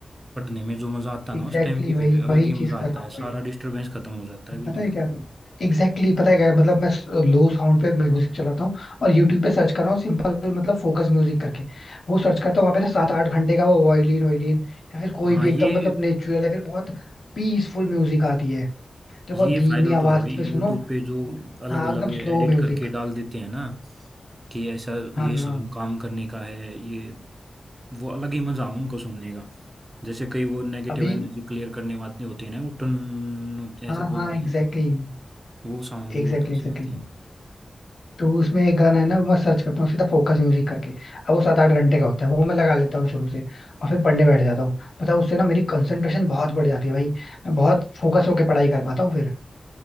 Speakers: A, on the right (about 30°); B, on the left (about 70°).
A: पढ़ने में जो मजा आता है
B: एग्जैक्टली
A: ना उस टाइम पे
B: exactly
A: फिर
B: वही
A: अलग
B: वही
A: ही मजा
B: चीज
A: आता
B: कर रहा हूँ
A: है सारा
B: भाई
A: डिस्टरबेंस खत्म हो जाता है बिल्कुल
B: पता है क्या एग्जैक्टली exactly, पता है क्या मतलब मैं लो साउंड पे म्यूजिक चलाता हूँ और यूट्यूब पे सर्च कर रहा हूँ सिंपल मतलब फोकस म्यूजिक करके वो सर्च करता हूँ वहां पे ना सात आठ घंटे का वो वायलिन वायलिन या फिर कोई
A: हाँ
B: भी
A: ये
B: एकदम मतलब नेचुरल या फिर बहुत पीसफुल म्यूजिक आती है जो
A: ये
B: बहुत धीमी
A: फायदा तो
B: आवाज
A: है भाई यूट्यूब
B: पे सुनो
A: पे जो
B: और-
A: अलग
B: हाँ
A: अलग
B: एकदम
A: एडिट
B: स्लो म्यूजिक
A: करके डाल देते हैं ना कि ऐसा ये
B: हाँ हाँ
A: सॉन्ग काम करने का है ये वो अलग ही मजा उनको सुनने का जैसे कई वो नेगेटिव
B: अभी
A: एनर्जी क्लियर करने वाले होते हैं ना वो टन ऐसे
B: हाँ
A: बोलते
B: हाँ एग्जैक्टली
A: हैं ना वो साउंड भी
B: एग्जैक्टली
A: बहुत अच्छे
B: एग्जैक्टली
A: होते हैं
B: तो उसमें एक गाना है ना वो मैं सर्च करता हूँ सीधा फोकस म्यूजिक करके अब वो सात आठ घंटे का होता है वो मैं लगा लेता हूँ शुरू से और फिर पढ़ने बैठ जाता हूँ पता है उससे ना मेरी कंसंट्रेशन बहुत बढ़ जाती है भाई मैं बहुत फोकस होके पढ़ाई कर पाता हूँ फिर